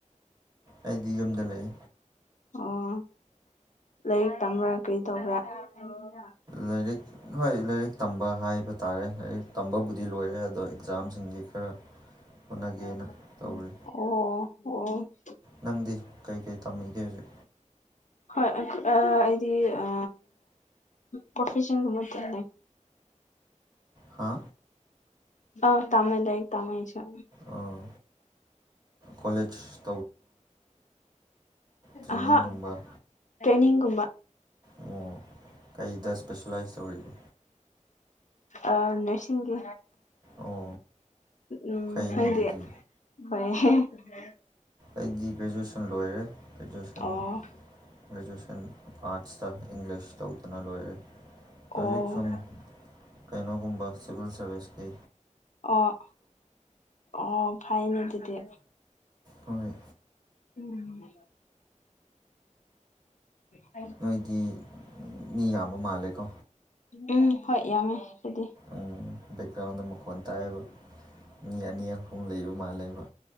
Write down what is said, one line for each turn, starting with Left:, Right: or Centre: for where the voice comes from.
Right: ꯑꯩꯗꯤ ꯌꯨꯝꯗ ꯂꯩꯌꯦ
Left: ꯑꯣ ꯂꯥꯏꯔꯤꯛ ꯇꯝꯕ꯭ꯔꯥ ꯀꯩ ꯇꯧꯕ꯭ꯔꯥ ꯑꯣ
Right: ꯂꯥꯏꯔꯤꯛ ꯍꯣꯏ ꯂꯥꯏꯔꯤꯛ ꯇꯝꯕ ꯍꯥꯏꯕ ꯇꯥꯔꯦ ꯂꯥꯏꯔꯤꯛ ꯇꯝꯕꯕꯨꯗꯤ ꯂꯣꯏꯔꯦ ꯑꯗꯣ ꯖꯥꯝꯁꯤꯡꯒꯤ ꯈꯔ
Left: ꯑꯣ
Right: ꯍꯣꯠꯅꯒꯦꯅ ꯇꯧꯔꯤ
Left: ꯑꯣ
Right: ꯅꯪꯗꯤ ꯀꯩꯀꯩ ꯇꯝꯃꯤꯒꯦ ꯍꯧꯖꯤꯛ
Left: ꯍꯣꯏ ꯑꯩꯗꯤ ꯑ ꯄ꯭ꯔꯣꯐꯦꯁꯟꯒꯨꯝꯕ ꯇꯂꯦ
Right: ꯍꯥ
Left: ꯑ ꯇꯃꯦ ꯂꯩ ꯇꯃꯦ ꯆ
Right: ꯑꯥ ꯀꫭꯂꯦꯖ ꯇ꯭ꯔꯦꯅꯤꯡꯒꯨꯝꯕ
Left: ꯑꯍꯥ ꯇ꯭ꯔꯦꯟꯅꯤꯡꯒꯨꯝꯕ
Right: ꯑꯣ ꯀꯩꯗ ꯁꯄꯦꯁꯦꯂꯥꯏꯁ ꯇꯧꯔꯤꯕ
Left: ꯑ ꯅꯔꯁꯤꯡꯒꯤ
Right: ꯑꯣ
Left: ꯎꯝ
Right: ꯐꯩꯅꯦ
Left: ꯅꯪꯗꯤ
Right: ꯑꯗꯨꯗꯤ
Left: ꯍꫭꯏ <unintelligible>
Right: ꯑꯩꯗꯤ ꯒ꯭ꯔꯦꯖꯨꯑꯌꯦꯁꯟ ꯂꯣꯏꯔꯦ ꯒ꯭ꯔꯦꯖꯨꯑꯦꯁꯟ
Left: ꯑꯣ
Right: ꯒ꯭ꯔꯦꯖꯨꯑꯦꯁꯟ ꯑꯥꯔꯠꯁꯇ ꯏꯪꯂꯤꯁ ꯇꯧꯗꯅ ꯂꯣꯏꯔꯦ ꯍꯧꯖꯤꯛ
Left: ꯑꯣ
Right: ꯁꯨꯝ ꯀꯩꯅꯣꯒꯨꯝꯕ ꯁꯤꯚꯤꯜ ꯁꯔꯕꯤꯁꯀꯤ
Left: ꯑꯣ ꯑꯣ ꯐꯥꯏꯅꯦ ꯑꯗꯨꯗꯤ
Right: ꯍꯣꯏ
Left: ꯎꯝ ꯍꯣꯏ
Right: ꯅꯣꯏꯗꯤ ꯃꯤ ꯌꯥꯝꯕ ꯃꯥꯜꯂꯦꯀꯣ
Left: ꯎꯝ ꯍꯣꯏ ꯌꯥꯝꯃꯦ ꯑꯈꫭꯏꯗꯤ
Right: ꯎꯝ ꯕꯦꯛꯒ꯭ꯔꯥꯎꯟꯗ ꯃꯈꯣꯟ ꯇꯥꯏꯌꯦꯕ ꯃꯤ ꯑꯅꯤ ꯑꯍꯨꯝ ꯂꯩꯕ ꯃꯥꯜꯂꯦꯕ